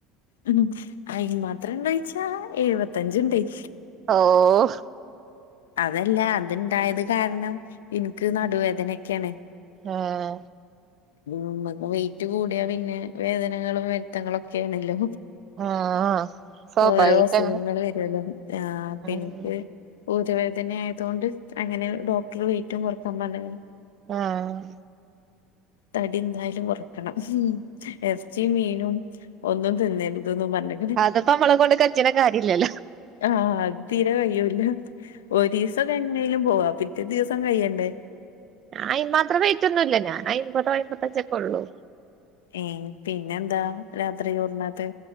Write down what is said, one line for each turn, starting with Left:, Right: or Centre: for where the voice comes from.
Left: ഉം അയിന് മാത്ര ണ്ടൊയ്ച്ചാ എഴുവത്തഞ്ച് ണ്ടെയ്
Right: ഓഹ്
Left: അതല്ല അത്ണ്ടായത് കാര്ണം ഇൻക്ക് നടുവേദനെക്കെണ്
Right: ഏഹ്
Left: മ്മക്ക് വെയിറ്റ് കൂടിയാ പിന്നെ വേതനകളും വെര്ത്തങ്ങളൊക്കേണല്ലോ
Right: ആഹ് സ്വാഭാവികായിട്ട്
Left: ഓരോ അസുഖങ്ങള് വെരോല്ലോ ആഹ് പിനിക്ക്
Right: അങ്ങനെ
Left: ഊരവേദന ആയതോണ്ട് അങ്ങനെ ഡോക്ട്റ് വെയിറ്റും കൊർക്കാൻ പർഞ്ഞ്ക്ക്‌ണ്
Right: ആഹ്
Left: തടി ന്താലും കൊർക്കണം എർച്ചിം മീനും ഒന്നും തിന്നര്ത് ന്നും പർഞ്ഞ്
Right: അത്പ്പ അമ്മള കൊണ്ട് കജ്ജ്ണ കാര്യല്ലല്ലോ
Left: ആഹ് അത് തീരെ കയ്യൂല്ല ഒരീസ് സൊക്കെ എങ്ങനെലും പോവാ പിറ്റേ ദിവ്സം കയ്യണ്ടേ
Right: ഞാ അയ്ൻ മാത്ര വൈറ്റൊന്നുല്ല ഞാന് അയ്മ്പതോ അയ്മ്പത്തഞ്ചൊ ക്കൊ ഉള്ളൂ
Left: ഏഹ് പിന്നെന്താ രാത്രി ചോറുണ്ണത്തെ